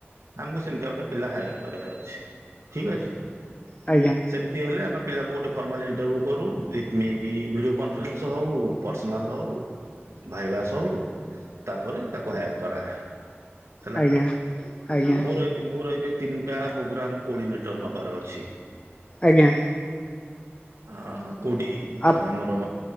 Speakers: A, on the right (about 85°); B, on the left (about 25°).
A: ଆମକୁ ସେମିତିଆ ଗୋଟେ ପିଲା ହାୟାର କରିବାର ଅଛି ଠିକ ଅଛି
B: ଆଜ୍ଞା ଆଜ୍ଞା
A: ସେମି ହେଲେ ଆମେ ପିଲାକୁ ଗୋଟେ ଫର୍ମାଲୀ ଏଣ୍ଟର୍ଭିଉ କରୁ <unintelligible> ଭିଡିଓ କନଫରେନ୍ସ ହଉ। ପର୍ସନାଲ୍ ହଉ ଭାଇବାସ ହଉ ତାପରେ ତାକୁ ହାୟାର କରାଏ। ହେଲା।
B: ଆଜ୍ଞା। ଆଜ୍ଞା
A: ମୋର ଏବେ ମୋର ଏବେ ତିନିଟା ପ୍ରୋଗ୍ରାମ କୋଡିନେଟର ନବାର ଅଛି।
B: ଆଜ୍ଞା।
A: ଆଁ କୋଉଠି
B: ଆପ
A: ଆମର